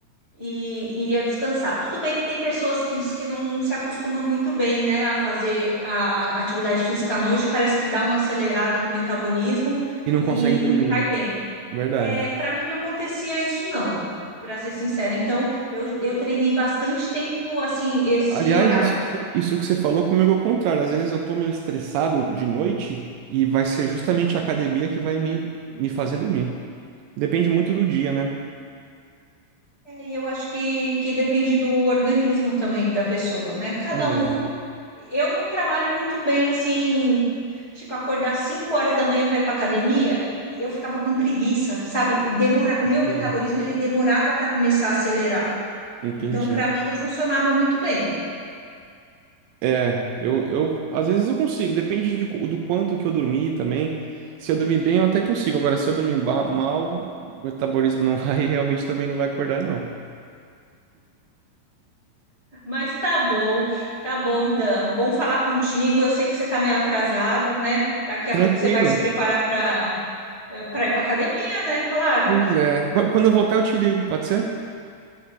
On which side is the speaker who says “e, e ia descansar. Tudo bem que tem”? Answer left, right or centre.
Left